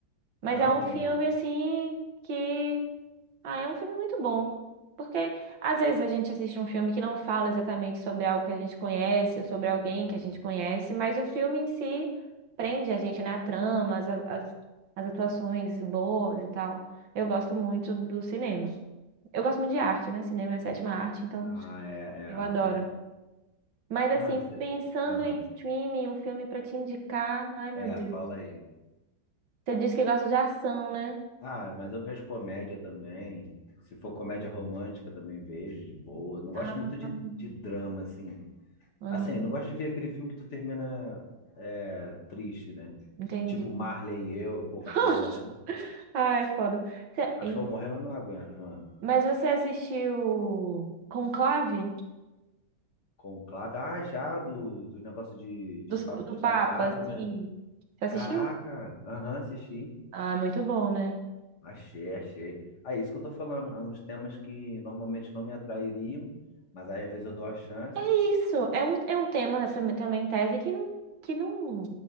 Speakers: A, on the right; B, on the left.
A: Mas
B: Não,
A: é um
B: e,
A: filme assim que. Ah, é um filme muito bom. Porque às vezes a gente assiste um filme que não fala exatamente sobre algo que a gente conhece ou sobre alguém
B: e-
A: que a gente conhece, mas o filme em si prende a gente, né? A trama, as, as, as atuações boas e tal. Eu gosto muito do cinema. Eu gosto muito de arte, né? Cinema é a sétima arte, então
B: Ah, é,
A: eu adoro.
B: é.
A: Mas assim,
B: Não, e você.
A: pensando
B: Ah,
A: em streaming, um filme pra te indicar, ai meu
B: é,
A: Deus.
B: fala aí.
A: Você disse que gosta de ação, né?
B: Ah, mas eu vejo comédia também. Se for comédia romântica, também vejo de boa. Não gosto
A: Ah.
B: muito de, de drama, assim.
A: Uhum,
B: Assim, não gosto de ver aquele filme que tu termina é, triste, né?
A: entendi.
B: Tipo Marley e eu, pô, cachorro
A: <laughs>
B: morrendo.
A: Ah, é foda. Cê-
B: Cachorro
A: Ih,
B: morrendo eu não aguento, mano.
A: Mas você assistiu Conclave
B: Conclave. Ah, já, do, do negócio de,
A: dos-
B: de, pa-
A: do,
B: de papada,
A: Papa, sim.
B: né?
A: Você assistiu?
B: Caraca, aham, assisti.
A: Ah, é muito bom, né?
B: Achei, achei. Ah, isso que eu tô falando. É uns temas que normalmente não me atrairiam, mas aí às vezes eu dou a chance.
A: Isso, é um, é um tema essa me- também tese que não, que não,